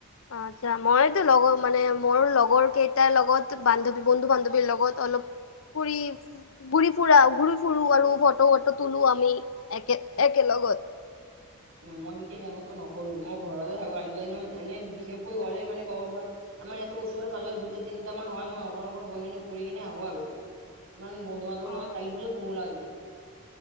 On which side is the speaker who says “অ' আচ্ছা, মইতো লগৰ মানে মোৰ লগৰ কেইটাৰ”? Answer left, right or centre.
Left